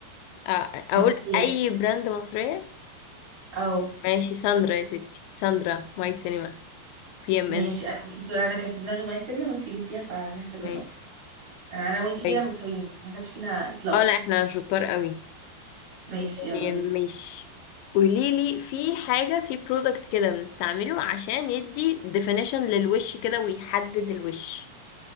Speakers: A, on the left; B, on the right.
A: آه، اقول
B: مصرية
A: اي براند مصرية
B: اه
A: ماشي ساندرا يا ستي ساندرا مايت سينما بي ام
B: ماشي
A: ان
B: انا مش بتقول انا كان في دماغي مية سلمى وانت جبتيها فهنحسب
A: ماشي
B: النقطة انا وانت كده
A: طيب
B: متساويين يعني محدش فينا اطلاق
A: اه لا احنا شطار قوي
B: ماشي
A: آه،
B: يلا بينا
A: ماشي قوليلي في حاجة في برودكت كده بنستعمله عشان يدي definition للوش كده ويحدد الوش